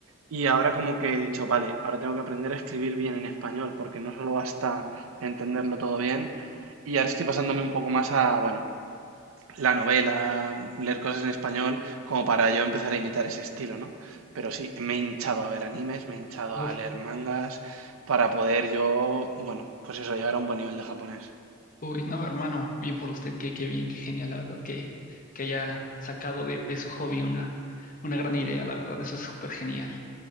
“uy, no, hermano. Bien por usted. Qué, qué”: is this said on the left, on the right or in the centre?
Left